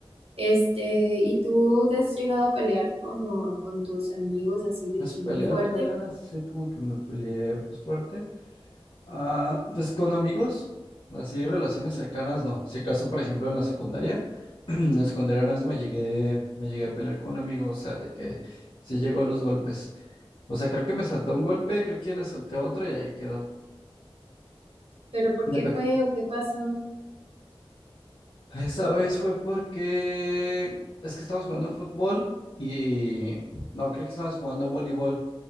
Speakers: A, on the right (about 80°); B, on the left (about 60°).
A: Este, ¿y tú te has llegado a pelear como con tus amigos así de
B: Pues
A: que
B: pelear,
A: muy fuerte?
B: pelear, así como que me peleé, pues fuerte. Ah, pues con amigos, así relaciones cercanas, no. Si acaso, por ejemplo, en la secundaria, <clears throat> en la secundaria una vez me llegué, me llegué a pelear con amigos, o sea, de que sí llegó a los golpes. O sea, creo que me saltó un golpe, creo que le salté otro y ahí quedó.
A: ¿Pero por
B: De
A: qué
B: peque-
A: fue o qué pasó?
B: Esa vez fue porque es que estábamos jugando fútbol y no, creo que estábamos jugando voleibol